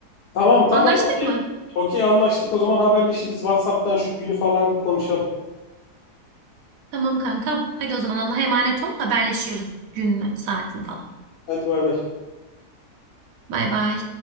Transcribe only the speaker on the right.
Anlaştık
mı?
Tamam kankam. Hadi o zaman Allah'a emanet ol. Haberleşiyoruz gününü, saatini falan.
Bay bay.